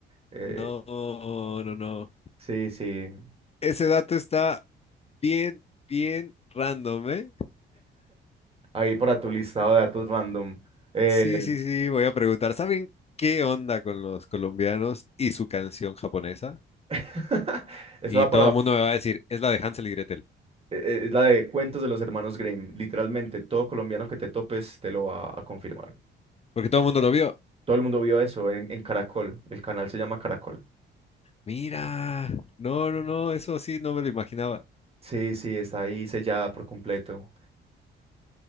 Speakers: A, on the right; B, on the left.
A: Eh,
B: No, no, no.
A: sí, sí,
B: Ese dato está bien, bien random, ¿eh?
A: ahí para tu listado de datos random. Eh,
B: Sí, sí, sí, voy a preguntar, ¿saben qué onda con los colombianos y su canción japonesa?
A: <laughs> eso
B: Y
A: da para...
B: todo el mundo me va a decir, es la de Hansel y Gretel,
A: eh, eh, Es la de cuentos de los hermanos Grimm. Literalmente, todo colombiano que te topes te lo va a confirmar.
B: porque todo el mundo lo vio.
A: Todo el mundo vio eso en, en Caracol. El canal se llama Caracol.
B: Mira, no, no, no, eso sí, no me lo imaginaba.
A: Sí, sí, está ahí sellada por completo.